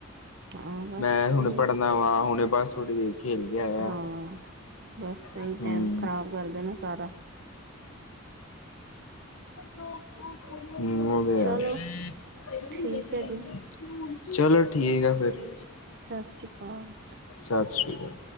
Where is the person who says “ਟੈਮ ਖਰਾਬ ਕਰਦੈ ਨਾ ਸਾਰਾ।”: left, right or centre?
Right